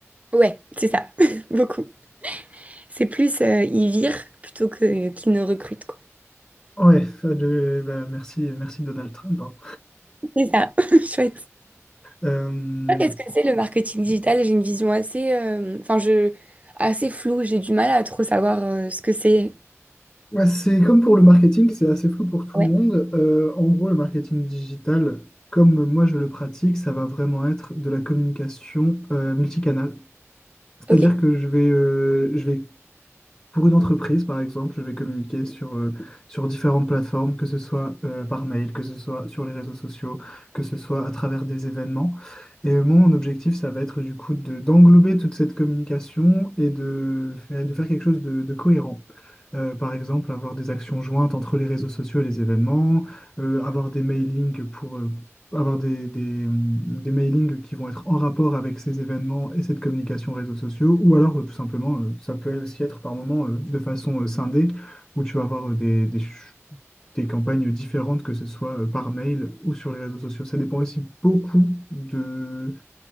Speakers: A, on the right; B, on the left.
A: Ouais, c'est ça, <laughs> beaucoup. C'est plus euh, ils virent plutôt que qu'ils ne recrutent, quoi.
B: Ouais, ça, je- bah, merci, merci Donald Trump. hein.
A: C'est ça, <laughs> chouette.
B: Euh,
A: Toi, Qu'est-ce que c'est le marketing digital? J'ai une vision assez, euh, enfin, je, assez floue. J'ai du mal à trop savoir euh, ce que c'est.
B: Bah, c'est comme pour le marketing, c'est assez flou pour tout
A: Ouais,
B: le monde. Euh, en gros, le marketing digital, comme moi je le pratique, ça va vraiment être de la communication euh, multicanale. C'est-à-dire
A: ok.
B: que je vais, euh, je vais pour une entreprise, par exemple, je vais communiquer sur, euh, sur différentes plateformes, que ce soit euh, par mail, que ce soit sur les réseaux sociaux, que ce soit à travers des événements. Et euh, mon objectif, ça va être du coup de, d'englober toute cette communication et de faire, de faire quelque chose de, de cohérent. Euh, par exemple, avoir des actions jointes entre les réseaux sociaux et les événements, euh, avoir des mailings pour. euh, avoir des, des, hum, des mailings qui vont être en rapport avec ces événements et cette communication réseaux sociaux, ou alors euh, tout simplement, euh, ça peut aussi être par moment euh, de façon euh, scindée, où tu vas avoir euh, des, des, ch- des campagnes différentes, que ce soit euh, par mail ou sur les réseaux sociaux. Ça dépend aussi beaucoup de